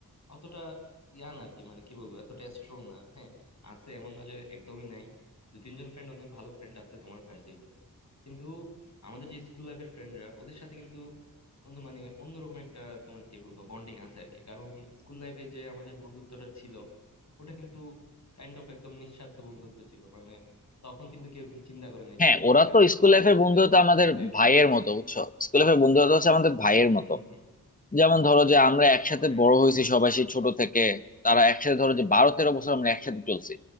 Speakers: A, on the left; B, on the left.
A: অতটা ইয়া না আর কি মানে কি বলবো এতটা স্ট্রং না হ্যাঁ আছে এমন না যে একদমই নাই দু তিনজন ফ্রেন্ড অনেক ভালো ফ্রেন্ড আছে তোমার ভার্সিটিতে কিন্তু আমাদের যে স্কুল লাইফের ফ্রেন্ডরা ওদের সাথে কিন্তু বন্ধু মানে অন্যরকম একটা তোমার কি বলবো বন্ডিং আছে আর কি কারণ স্কুল লাইফে যে আমাদের বন্ধুত্বটা ছিল ওটা কিন্তু কাইন্ড অফ একদম নিঃস্বার্থ বন্ধুত্ব ছিল মানে তখন কিন্তু কেউ কিছু চিন্তা করে নাই
B: হ্যাঁ
A: যে ওর কাছ
B: ওরা
A: থেকে
B: তো
A: আমি কোনো
B: স্কুল
A: লাভ
B: লাইফের
A: পাবো
B: বন্ধুত্ব
A: যে ক্লাস
B: আমাদের
A: ফাইভে
B: ভাইয়ের
A: বন্ধু হচ্ছে
B: মতো বুঝছো স্কুল লাইফের বন্ধুত্ব হচ্ছে আমাদের ভাইয়ের মতো
A: হুম হুম
B: যেমন ধরো যে আমরা একসাথে
A: ওটাই
B: বড় হয়েছি সবাই সেই ছোট থেকে তারা একসাথে ধরো যে বারো তেরো বছর আমরা একসাথে চলছি